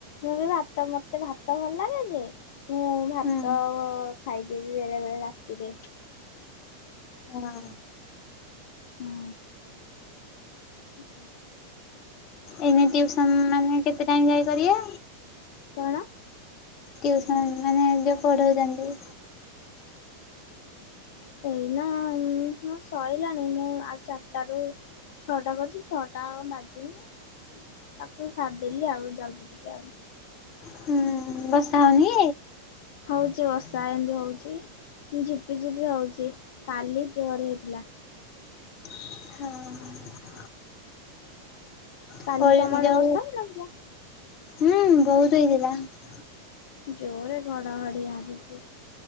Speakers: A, on the left; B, on the left.
A: ମୁଁ ବି ଭାତ ମତେ ଭାତ ଭଲ ଲାଗେ ଯେ ମୁଁ ଭାତ
B: ହୁଁ
A: ଖାଇଦେବି ବେଳେ ବେଳେ ରାତିରେ।
B: ଓହୋ।
A: ହୁଁ। <inaudible>
B: ଏଇନେ ଟିଉସନ୍ ମାନେ କେତେ ଟାଇମ୍ ପର୍ଯ୍ୟନ୍ତ କରିବ?
A: କଣ?
B: ଟିଉସନ୍ ମାନେ ଯୋଉ ପଢୋଉଚନ୍ତି।
A: ଏଇନା ମୋ ସଇଲାଣି ମୁଁ ଆଉ ଚାରିଟାରୁ ଛଅଟା କରିଛି ଛଅଟା ଆଉ ବାଜିନି। ତାକୁ ମୁଁ ସାରି ଦେଲି ଆଉ ଯାଉଛି ଟିକେ ଆଉ
B: ହୁଁ ବର୍ଷା ହଉନି
A: ହଉଛି ବଷା ଏମିତି ହଉଛି ଝିପି ଝିପି ହଉଛି କାଲି ଜୋରେ ହେଇଥିଲା।
B: ହୁଁ
A: କାଲି
B: ହୁଁ
A: ତମ ଆଡେ ବର୍ଷା ହେଇନଥିଲା?
B: ବହୁତ ହେଇଥିଲା।
A: ଜୋରେ ଘଡଘଡି ଆସିଛି।